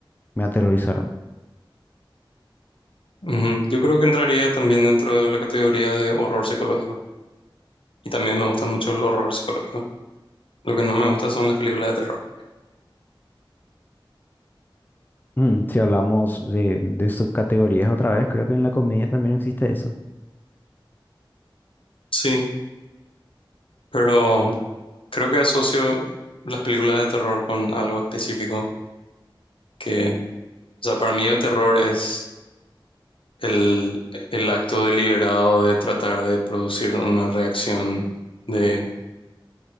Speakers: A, on the left (about 20°); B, on the left (about 75°).
A: me aterrorizaron.
B: Ujú. Yo creo que entraría también dentro de la categoría de horror psicológico y también me gusta mucho el horror psicológico. Lo que no me gusta son las películas de terror.
A: Mm, Si hablamos de, de subcategorías otra vez, creo que en la comedia también existe eso.
B: Sí. Pero creo que asocio las películas de terror con algo específico, que, o sea, para mí el terror es el, el acto deliberado de tratar de producir una reacción de,